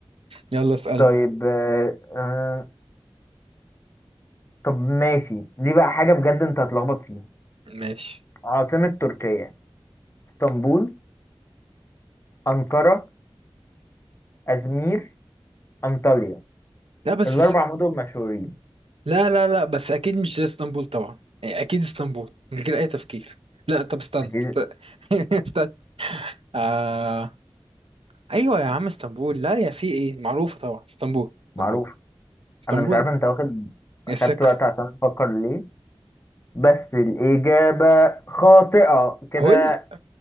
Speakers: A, on the right; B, on the left.
A: يلا اسألني
B: طيب آه، آه، طب ماشي دي بقى حاجة بجد انت هتلخبط فيها
A: ماشي
B: عاصمة تركيا اسطنبول أنقرة أزمير أنطاليا
A: لا بس
B: الأربع
A: اس-
B: مدن مشهورين
A: لا لا لا بس اكيد مش زي اسطنبول طبعا يعني اكيد اسطنبول من غير اي تفكير لا طب استنى
B: أكيد
A: است- <laughs> استنى آه... ايوه يا عم اسطنبول لا يا في ايه معروفة طبعا اسطنبول
B: معروف
A: اسطنبول اسطنبول
B: أنا مش عارف انت واخد
A: إيه،
B: أخدت
A: السكة
B: وقت عشان تفكر ليه بس الإجابة خاطئة كده
A: هو إيه ال-